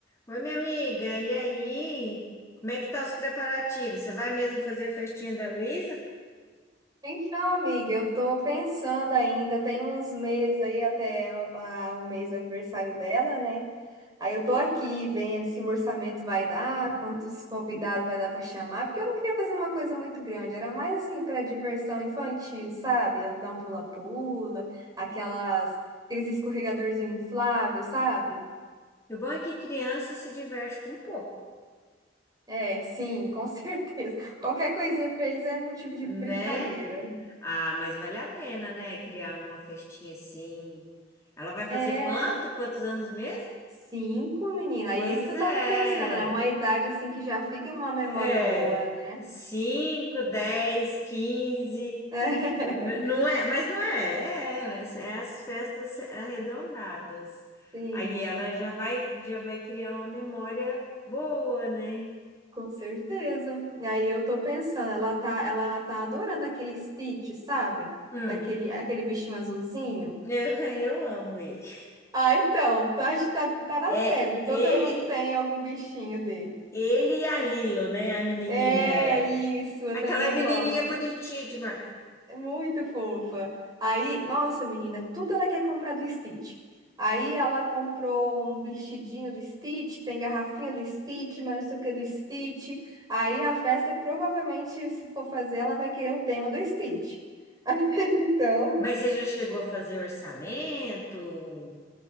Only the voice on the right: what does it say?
Então, amiga, eu tô pensando ainda, tem uns meses aí até o a- o mês do aniversário dela, né? Aí eu tô aqui vendo se o orçamento vai dar, quantos convidados vai dar pra chamar, porque eu não queria fazer uma coisa muito grande, era mais assim pra diversão infantil, sabe? Alugar um pula-pula, aquelas, aqueles escorregadorzinho infláveis sabe?
É, sim, com <laughs> certeza. Qualquer coisinha pra eles é motivo de
brincadeira.
É.
Cinco, menina,
é isso que eu
tava pensando. É uma idade assim que já fica uma memória
boa, né?
<laughs>
Sim,
com certeza. E aí eu tô pensando, ela tá, ela tá adorando aquele Stitch, sabe?
Daquele, aquele bichinho azulzinho.
Ah, então, tá, acho que tá, tá na
febre. Todo
mundo tem algum bichinho dele.
É isso, eu
também
gosto.
Muito fofa. Aí, nossa, menina, tudo ela quer comprar do Stitch. Aí ela comprou um vestidinho do Stitch, tem garrafinha do Stitch, mas não sei o que do Stitch. Aí a festa, provavelmente, se for fazer, ela vai querer o tema do Stitch. <laughs> Então,